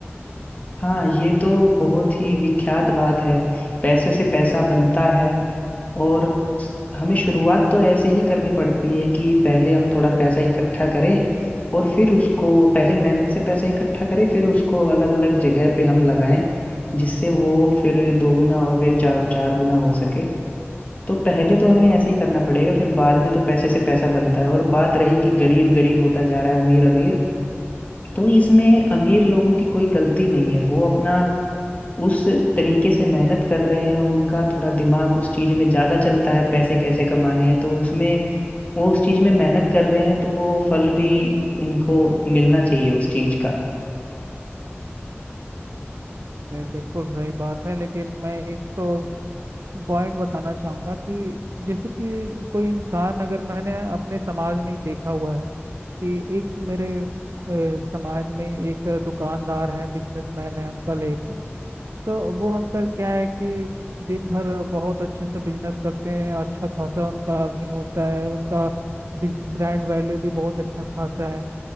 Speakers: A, on the left; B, on the right.
A: हाँ ये तो बहुत ही विख्यात बात है पैसे से पैसा बनता है और हमें शुरुआत तो ऐसे ही करनी पड़ती है कि पहले हम थोड़ा पैसा इकट्ठा करें और फिर उसको पहले मेहनत से पैसा इकट्ठा करें फिर उसको अलग अलग जगह पे हम लगाएं जिससे वो फिर दोगुना और फिर चार चार गुना हो सके तो पहले तो हमें ऐसे ही करना पड़ेगा फिर बाद में तो पैसे से पैसा बनता है और बात रही कि गरीब गरीब होता जा रहा है अमीर अमीर तो इसमें अमीर लोगों की कोई गलती नहीं है वो अपना उस तरीके से मेहनत कर रहे हैं उनका थोड़ा दिमाग उस चीज में ज्यादा चलता है पैसे कैसे कमाने हैं तो उसमें वो उस चीज में मेहनत कर रहे हैं तो वो फल भी उनको मिलना चाहिए उस चीज का
B: ये बिल्कुल सही बात है लेकिन मैं एक तो पॉइंट बताना चाहूंगा कि जैसे कि कोई इंसान अगर मैंने अपने समाज में ही देखा हुआ है कि एक मेरे अ, समाज में ही एक दुकानदार है बिजनेसमैन है अंकल एक तो वो अंकल क्या है कि दिन भर बहुत अच्छे से बिजनेस करते हैं अच्छा खासा उनका अर्निंग होता है उनका ब्रांड वैल्यू भी बहुत अच्छा खासा है